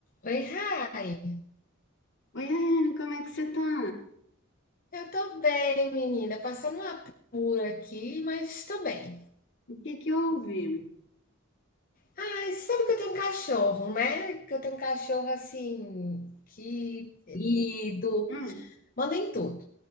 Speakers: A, on the left; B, on the left.
A: Oi, Rai.
B: Oi, Ayane, como é que você tá?
A: Eu tô bem, menina. Passando uma apura aqui, mas tô bem.
B: O que que houve?
A: Ai, sabe que eu tenho um cachorro, né? Que eu tenho um cachorro assim, que lido,
B: Hum.
A: manda em tudo.